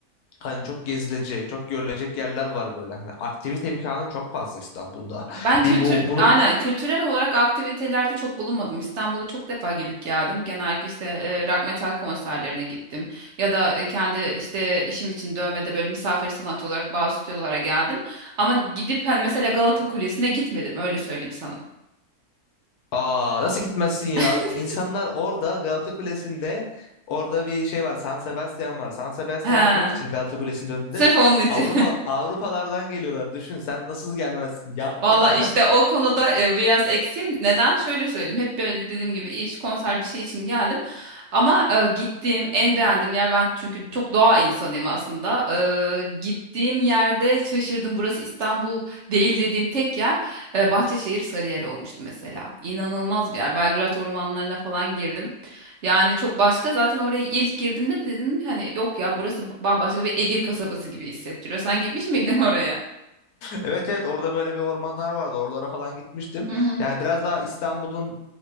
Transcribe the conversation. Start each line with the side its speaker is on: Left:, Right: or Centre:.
Left: hani çok gezilecek, çok görülecek yerler var böyle. Hani aktivite imkanın çok fazla İstanbul'da.
Right: Ben kültür
Left: Bir bu bunu
Right: aynen kültürel olarak aktivitelerde çok bulunmadım. İstanbul'a çok defa gidip geldim. Genellikle işte e, rock metal konserlerine gittim ya da e, kendi işte işim için dövmede böyle misafir sanatçı olarak bazı stüdyolara geldim. Ama gidip hani mesela Galata Kulesi'ne gitmedim öyle söyleyeyim sana.
Left: Aa nasıl gitmezsin ya?
Right: <laughs>
Left: İnsanlar orada Galata Kulesi'nde orada bir şey var. San Sebastian var. San Sebastian
Right: He,
Left: yemek için Galata Kulesi'nin önünde
Right: sırf onun için.
Left: Avrupa Avrupalardan geliyorlar. Düşün sen nasıl gelmezsin? Yapma.
Right: Valla
Left: <laughs>
Right: işte o konuda e, biraz eksiğim. Neden? Şöyle söyleyeyim. Hep böyle dediğim gibi iş, konser bir şey için geldim. Ama e, gittiğim en beğendiğim yer ben çünkü çok doğa insanıyım aslında. E, gittiğim yerde şaşırdım. Burası İstanbul değil dediğim tek yer e, Bahçeşehir Sarıyer olmuştu mesela. İnanılmaz bir yer. Belgrad ormanlarına falan girdim. Yani çok başka. Zaten oraya ilk girdiğimde dedim hani yok ya burası bambaşka bir Ege kasabası gibi hissettiriyor. Sen gitmiş miydin oraya?
Left: Evet evet orada böyle bir ormanlar vardı. Oralara falan gitmiştim.
Right: Hı hı.
Left: Yani biraz daha İstanbul'un